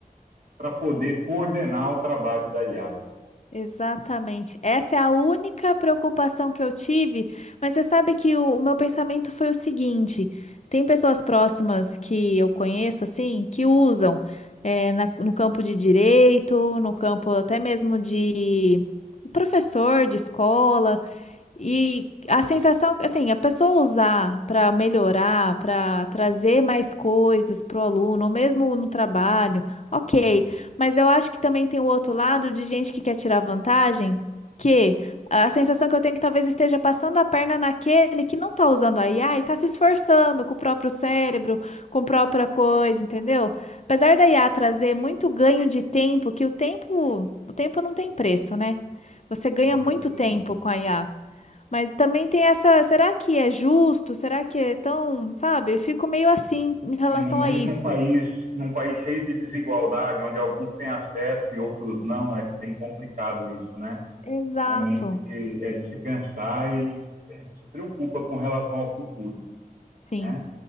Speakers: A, on the right; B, on the left.
A: para poder coordenar o trabalho da IA?
B: Exatamente. Essa é a única preocupação que eu tive, mas você sabe que o, o meu pensamento foi o seguinte: tem pessoas próximas que eu conheço, assim, que usam eh, na- no campo de direito, no campo até mesmo de professor de escola. E a sensação, assim, a pessoa usar para melhorar, para trazer mais coisas para o aluno, ou mesmo no trabalho, ok. Mas eu acho que também tem o outro lado de gente que quer tirar vantagem, que a sensação que eu tenho é que talvez esteja passando a perna naquele que não está usando a IA e está se esforçando com o próprio cérebro, com a própria coisa, entendeu? Apesar da IA trazer muito ganho de tempo, que o tempo, o tempo não tem preço, né? Você ganha
A: Com certeza.
B: muito tempo com a IA. Mas também tem essa, será que é justo? Será que é tão, sabe? Eu fico meio assim em relação
A: Ainda mais
B: a isso.
A: num país, num país cheio de desigualdade, onde alguns têm acesso e outros não, é bem complicado isso, né?
B: Exato.
A: Realmente é de se pensar e a gente se preocupa com relação ao futuro,
B: Sim.
A: né?